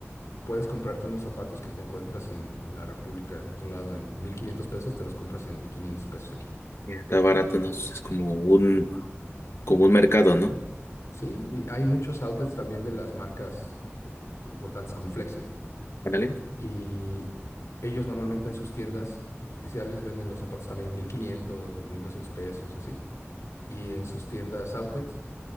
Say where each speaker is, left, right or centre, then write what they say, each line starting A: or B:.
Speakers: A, on the left; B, on the left.
A: puedes comprarte unos zapatos que te encuentras en la República, en otro lado, en 1500 pesos, te los compras en quinientos pesos aquí.
B: Está barato, ¿no? Es como un, como un mercado, ¿no?
A: Sí, y hay muchos outlets también de las marcas eh, importantes como Flexi
B: Ándale,
A: y ellos normalmente en sus tiendas oficiales venden los zapatos también en mil quinientos mil doscientos pesos, así. Y en sus tiendas outlets